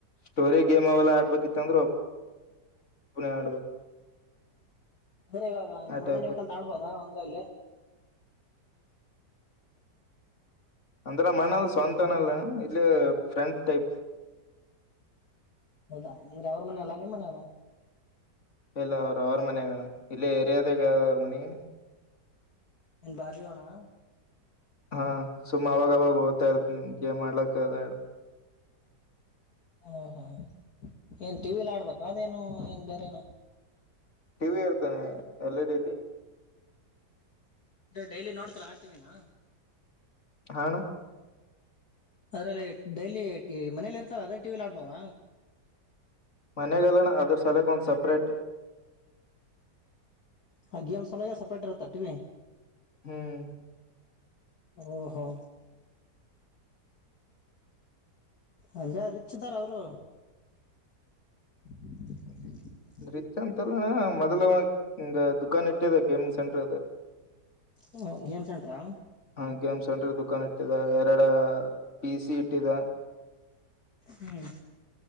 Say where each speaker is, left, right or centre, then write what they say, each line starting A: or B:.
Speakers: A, on the left (about 40°); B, on the left (about 60°).
A: ಸ್ಟೋರಿ ಗೇಮ್ ಅವೆಲ್ಲಾ ಆಡಬೇಕಿತ್ತಂದ್ರ. ಪಣ ಆಡ್ಬೇಕು.
B: ಅಂದ್ರೆ ಇವಾಗ ನಿಮ್ಮಣ್ಣ
A: ಆ ಟೈಪ್
B: ನೀವು ಕಲ್ತ ಆಡ್ಬೋದ ಒಂದ್ರಲ್ಲಿ.
A: ಅಂದ್ರ ನಮಣ್ಣ ಸ್ವಂತನಲ್ಲ
B: ಹೌದಾ
A: ಇಲ್ಲೇ ಫ್ರೆಂಡ ಟೈಪ್
B: ಹೌದಾ ಅಂದ್ರ ಅವ್ರ ಮನೆ ಅಲ್ಲ ನಿಮ್ಮ್ ಮನೆ ಅಲ್ಲ.
A: ಇಲ್ಲ ಅವರು ಅವರ ಮನ್ಯಾಗ ಅಣ್ಣಾ ಇಲ್ಲಿ ಏರಿಯಾದಾಗ್ ಅವ್ರ ಮನಿ.
B: ನಿನ್ ಬಾಜು ಅಣ್ಣಾ.
A: ಹಾ ಸುಮ್ಮ್ ಅವಾಗ ಅವಾಗ ಹೋಗ್ತಾ ಇರ್ತನ ಗೇಮ್ ಅಡ್ಲಾಕ್ ಅದ
B: ಓಹೋ ಏನ್ ಟಿವಿಲಿ ಆಡ್ಬೇಕು ಅದೇನು ಏನ್ ಬೇರೆೇ ಏನು.
A: ಟಿವಿ ಇರ್ತಣ್ಣಾ L E D T
B: daily ನೋಡ್ತರ ಆ ಟಿ ವಿ ನಾ.
A: ಹಾ ಅಣ್ಣಾ.
B: ಅದ್ರಲ್ಲಿ ಡೈಲಿ ಟಿ ಮನೇಲಿ ಇರ್ತಾರ ಅದೇ ಟಿವಿಲಿ ಆಡ್ಬೋದ.
A: ಮನೆಲ ಇಲ್ಲ ಅಣ್ಣಾ ಅದ್ರ ಸಲಕ್ ಒಂದ್ ಸಪ್ರೇಟ್.
B: ಹ ಗೇಮ್ಸ್ ಸಲವಾಗಿ ಸಪ್ರೇಟ್ ಇರುತ್ತ ಟಿವಿ.
A: ಹ್ಮ್.
B: ಓಹೋ. ಅಂದ್ರ ರಿಚ್ ಅದಾರ ಅವರು. <inaudible>
A: ರಿಚ್ ಅಂತಲ್ಲಣ ಮೊದಲ ದುಖಾನ್ ಇಟ್ಟಿದೆ ಗೇಮಿಂಗ್ ಸೆಂಟರ್ ಅದ
B: ಹ ಗೇಮ್ಸ್ ಸೆಂಟ್ರ.
A: ಹಾ ಗೇಮ್ ಸೆಂಟ್ರ ದುಖಾನ್ ಇಟ್ಟಿದ ಎರಡ ಪಿ ಸಿ ಇಟ್ಟಿದ.
B: ಹ್ಮ್.